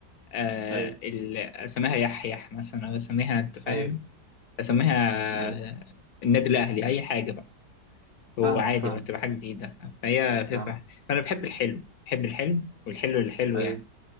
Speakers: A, on the left (about 65°); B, on the right (about 45°).
A: آه،
B: ايوه
A: ال... اسميها يحيح مثلا او اسميها انت فاهم
B: ايوه
A: اسميها
B: ايوه
A: آه، النادي الاهلي اي حاجة بقى هو
B: فاهمك
A: عادي
B: فاهمك
A: ولا تبقى حاجة جديدة فهي فهي
B: فاهمك
A: صح. فانا بحب الحلو بحب الحلو والحلو اللي حلو
B: ايوه
A: يعني